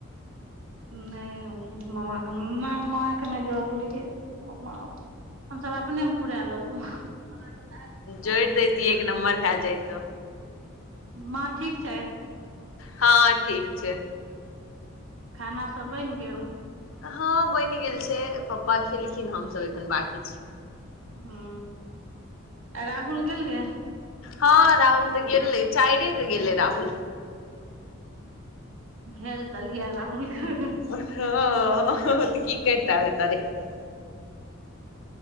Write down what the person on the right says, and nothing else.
नहि मामाके नहि जोड़लियै। मा हमसभ अपने पुरा लेलहुँ हमरा। आदमी कम
य
माँ ठीक छै?
खाना सभ बनि गेल?
ह, आ राहुल गेल ग
भेज देलियै राहुलके।